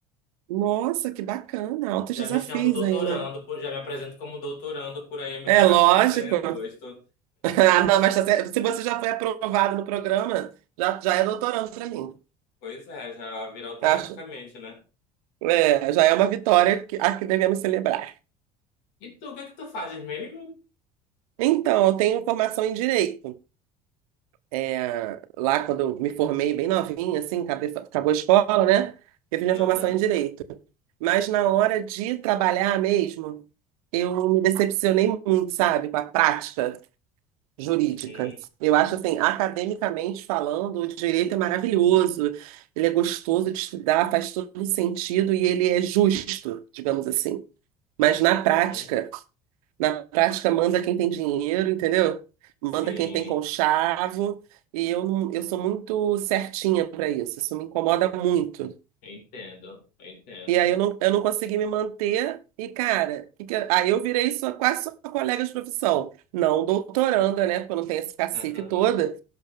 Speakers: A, on the right; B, on the left.
A: Nossa, que bacana. Altos
B: Já
A: desafios
B: me chamo doutorando,
A: aí, né?
B: por- já me apresento como doutorando por aí, mas
A: É
B: ainda vai
A: lógico.
B: começar em agosto.
A: <laughs> Ah, não, mas tá certo. Se você já foi aprovado no programa, já, já é doutorando para mim.
B: Pois é, já vira automaticamente,
A: Acho.
B: né?
A: É, já é uma vitória que, a que devemos celebrar.
B: E tu, o que é que tu fazes mesmo?
A: Então, eu tenho formação em direito. É, lá, quando eu me formei bem novinha, assim, acabei- acabou a escola, né? Eu fiz minha formação
B: Aham,
A: em direito. Mas na hora de trabalhar mesmo, eu me decepcionei muito, sabe, com a prática. jurídica.
B: uhum,
A: Eu acho assim, academicamente falando, o direito é maravilhoso, ele é gostoso de estudar, faz todo sentido e ele é justo, digamos assim. Mas na prática,
B: uhum.
A: na prática manda quem tem dinheiro, entendeu? Manda
B: Sim,
A: quem tem conchavo, e eu não, eu sou muito certinha para isso, isso me incomoda muito.
B: eu entendo, eu entendo.
A: E aí eu não, eu não consegui me manter e, cara, que que eu- aí eu virei sua, quase sua colega de profissão. Não doutoranda, né? Porque eu não tenho esse cacife
B: Aham,
A: todo.